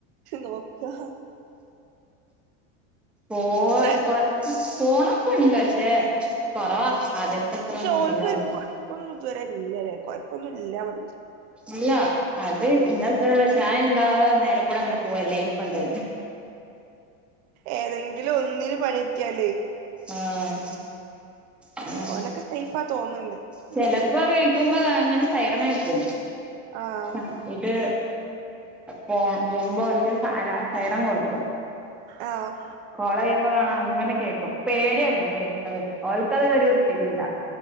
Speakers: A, on the right (about 60°); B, in the centre.
A: നോക്കാ,
B: പോ
A: ബ്ര
B: കൊ പോണൊക്കെണ്ട് പക്ഷേ കൊറവാ ആദ്യത്തെ, അത്രൊന്നും
A: ക്ഷേ ഓൽക്കൊരു
B: ഇല്ല തോന്നുന്നു
A: കൊഴപ്പൊന്നും ഇതുവരെ ല്ലേ കുഴപ്പൊന്നും ഇല്ല പ
B: ഇല്ല, അത് ഇ <unintelligible> ഷായം എന്താ മേലെ കൂടി അങ്ങെനെ പോവല്ലേ അയ്ന്പ്പെന്താ ചോയിച്
A: ഏതെങ്കിലു ഒന്നിന് പണിട്ട്യാലേ,
B: ആഹ്, ആഹ്
A: ഓലൊക്കെ സേഫാ തോന്നുന്നുണ്ട്, ദുബായിള്ള
B: ചെലപ്പോ വിളിക്കുമ്പോ അങ്ങനെ സൈറം മൊയക്കും,
A: ആഹ്
B: അഹ് ഇത് പോ പോകുമ്പോ ഓൽക്ക് അല സൈറം കൊടുക്കും,
A: ആഹ്,
B: കോളെയ്യുമ്പോ കാണാ അങ്ങനെ കേക്കു പേടിയാണ് കേക്കുന്നത് ഓൽക്കത് ഒരു കുത്തരി ഇല്ല,